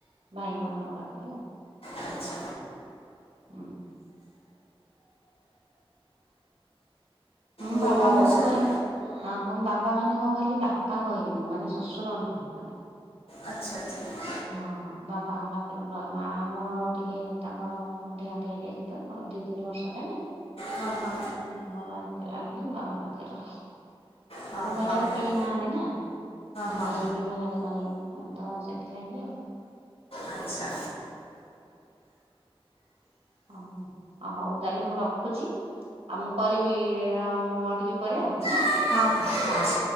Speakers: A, on the right; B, on the left.
A: ଭାଇ ମାନଙ୍କ ପାଖରେ।
B: ଆଚ୍ଛା।
A: ହୁ। ମୁଁ
B: ପୁଅ
A: ବାବା
B: କ'ଣ
A: ମାନେ
B: କରୁଛନ୍ତି
A: କହିଲେ। ହଁ କଣ ବାବା ମାନେ କଣ କହିଲି ବାପା କହିଲି ମୁଁ ମାନେ ଶ୍ୱଶୁର ନୁହଁ।
B: ଆଚ୍ଛା ଆଚ୍ଛା
A: ହଁ ହଁ ବାବା। ପାଖରେ ରହେ ମା ଆମର ଟିକେ ତାଙ୍କର ଦେହାନ୍ତ ହେଇଯାଇଛି ତ ଦି ତିନି ବର୍ଷ ହେଲାଣି
B: ହଁ ହଁ
A: ଆଉ ବାବା ଏକଲା ବୋଲିି ବାବାଙ୍କ ପାଖରେ ରହେ।
B: ହଁ
A: ଆମ ଘରେ
B: ହଁ
A: ଆଉ କେହି ନାହାନ୍ତି ନା ଭାଇ
B: ହଁ ହଁ
A: ବି ବାହାରେ ରହେ। ତ ସେଥିଲାଗି ଆଉ।
B: ଆଚ୍ଛା
A: ହ ହଉ ତାହେଲେ ମୁଁ ରଖୁଛି। ଆଉ ମୁଁ କରିବି ଆଉ ଟିକେ ପରେ ଆଉ ହେଲା।
B: <inaudible> ହଁ ହଁ ହ ସ